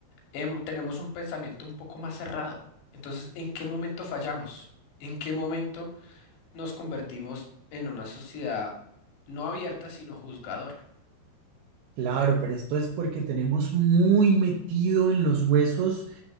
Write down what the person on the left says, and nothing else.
em- tenemos un pensamiento un poco más cerrado. Entonces, ¿en qué momento fallamos? ¿En qué momento nos convertimos en una sociedad no abierta, sino juzgadora?